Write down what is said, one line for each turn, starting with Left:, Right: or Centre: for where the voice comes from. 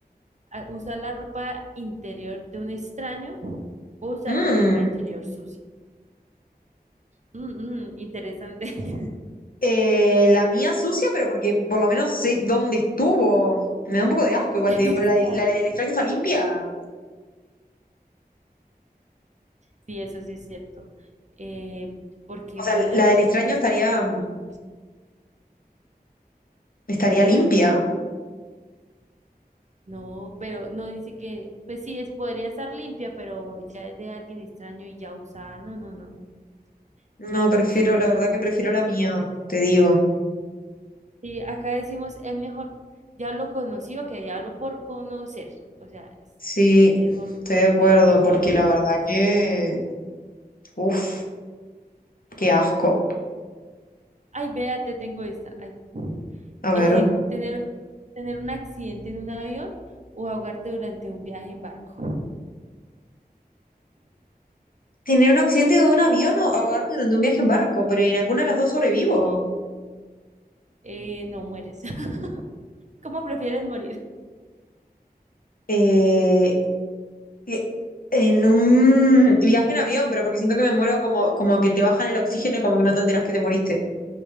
Right: a- usar la ropa interior de un extraño o usar
Left: Mm.
Right: tu ropa interior sucia. Mm, mm, interesante. <laughs>
Left: Eh, la mía sucia, pero porque por lo menos sé dónde estuvo. Me da un poco de asco, igual
Right: <laughs> Exacto.
Left: te digo, pero la, de- la del extraño está limpia.
Right: Sí, eso sí es cierto. Eh, porque
Left: O
Right: imagínate
Left: sea, la del
Right: uno,
Left: extraño estaría,
Right: uno-
Left: estaría limpia.
Right: no, pero no dice que, pues sí, es, podría estar limpia, pero ya es de alguien extraño y ya usada. No, no, no, no, no.
Left: No,
Right: Una infección
Left: prefiero, la
Right: o
Left: verdad
Right: algo.
Left: que
Right: no.
Left: prefiero la mía, te digo.
Right: Sí, acá decimos, es mejor diablo conocido que diablo por conocer. O sea, es
Left: Sí,
Right: mejor
Left: estoy de acuerdo,
Right: lo propio.
Left: porque la verdad que. Uf, qué asco.
Right: Ay, vea, te tengo esta. Ay,
Left: A ver.
Right: Eh, tener, tener un accidente en un avión o ahogarte durante un viaje en barco.
Left: Tener un accidente de un avión o ahogarme durante un viaje en barco, pero en alguna de las dos sobrevivo.
Right: Sí. Eh, no mueres. <laughs> ¿Cómo prefieres morir?
Left: Eh, que- En un viaje en avión, pero porque siento que me muero como, como que te bajan el oxígeno y como que no te enteras que te moriste.